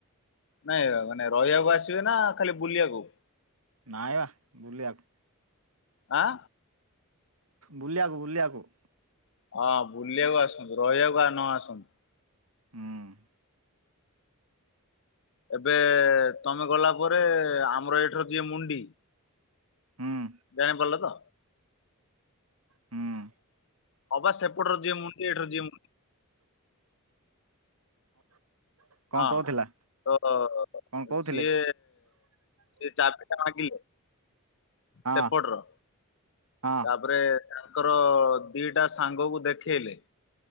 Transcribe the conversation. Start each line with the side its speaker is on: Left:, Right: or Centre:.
Left: ନାଇଁ ମାନେ ରହିବାକୁ ଆସିବେ ନା ଖାଲି ବୁଲିବାକୁ?
Right: ନାଇ ବା ବୁଲିବାକୁ।
Left: ଆଁ?
Right: ବୁଲିବାକୁ ବୁଲିବାକୁ।
Left: ହଁ ବୁଲିବାକୁ ଆସନ୍ତୁ ରହିବାକୁ ଆଉ ନ ଆସନ୍ତୁ।
Right: ହୁଁ।
Left: ଏବେ ତମେ ଗଲା ପରେ ଆମର ଏଇଠୁ ଯିଏ ମୁଣ୍ଡି
Right: ହୁଁ
Left: ଜାଣିପାରିଲ ତ?
Right: ହୁଁ।
Left: ହବା ସେପଟର ଯିଏ ମୁଣ୍ଡି ଏଠର ଯି ମୁନି
Right: କଣ
Left: ହଁ
Right: କହୁଥିଲା
Left: ଓହୋ
Right: କଣ କହୁଥିଲେ
Left: ସିଏ ସେ ଚାବି ଟା ମାଗିଲେ
Right: ହଁ
Left: ସେପଟ ର
Right: ହଁ
Left: ତାପରେ ତାଙ୍କର ଦିଟା ସାଙ୍ଗକୁ ଦେଖେଇଲେ।